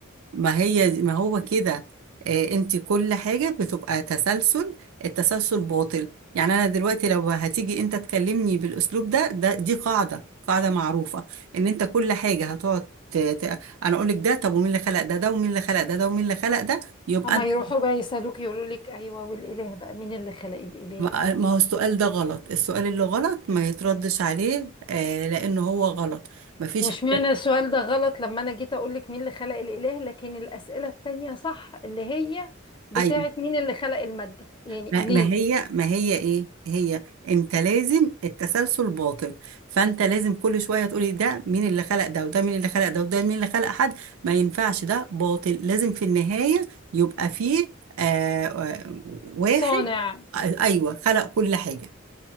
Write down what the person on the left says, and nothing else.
أما
يروحوا بقى يسألوك يقولوا لك أيوه والإله بقى مين اللي خلق الإله؟
مش
معنى السؤال ده غلط لما أنا جيت أقول لك مين اللي خلق الإله لكن الأسئلة التانية صح اللي هي بتاعت
مين اللي خلق المادة؟ يعني
ليه؟
صانع